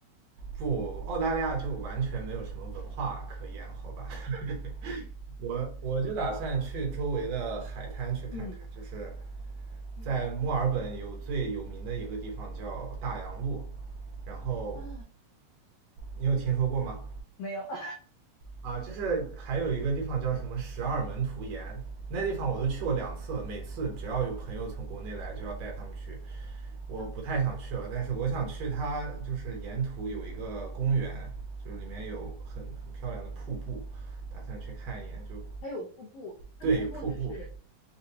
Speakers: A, on the right; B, on the left.
A: 不，澳大利亚就完全没有什么文化可言，好吧？<laughs> 我我就打算去周围的海滩去看看，
B: 嗯
A: 就是
B: 嗯
A: 在墨尔本有最有名的一个地方叫大洋路，然后
B: 啊，
A: 你有听说过吗？
B: 没有 <laughs>，
A: 啊，就是还有一个地方叫什么十二门徒岩，那地方我都去过两次，每次只要有朋友从国内来，就要带他们去。我不太想去了，
B: 啊，
A: 但是我想去它，就是沿途有一个公园，就是里面有很很漂亮的瀑布，打算去看一眼。就
B: 还有瀑布，
A: 对，
B: 那瀑布就是
A: 有瀑布，